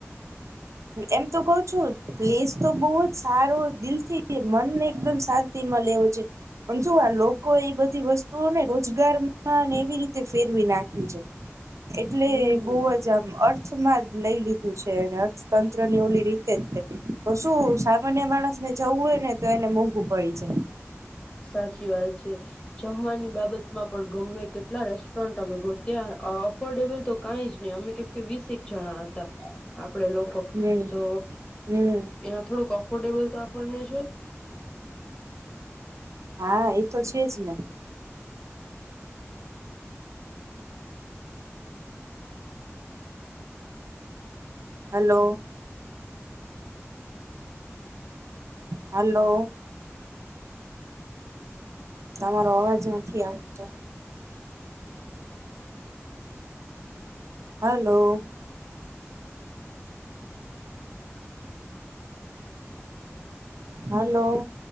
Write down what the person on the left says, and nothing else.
હમ
સાચી વાત છે જમવાની બાબતમાં પણ ગમે કેટલા રેસ્ટોરન્ટ અમે ગોત ત્યાં અફોર્ડેબલ તો કાઈ જ ની અમે કેમ કે વીસેક જણા હતા આપડે લોકો
તો
ત્યાં થોડુંક અફોર્ડેબલ તો આપણને જોય